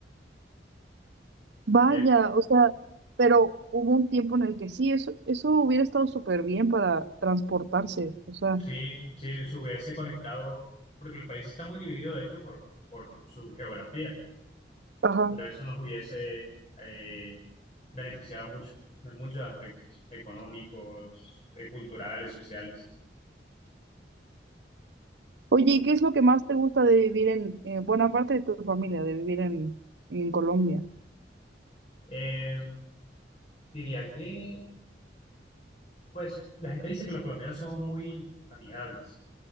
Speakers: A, on the right; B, on the left.
A: Vaya,
B: Es,
A: o sea, pero hubo un tiempo en el que sí, eso, eso hubiera estado súper bien para transportarse, o sea,
B: sí, sí, se hubiese conectado, porque el país está muy dividido, de hecho, por, por su geografía,
A: ajá.
B: pero eso nos hubiese eh, beneficiado mucho, en muchos aspectos, económicos, eh, culturales, sociales.
A: Oye, ¿y qué es lo que más te gusta de vivir en, eh, bueno, aparte de tu familia, de vivir en, en Colombia?
B: Eh, diría que, pues, la gente dice que los colombianos somos muy amigables.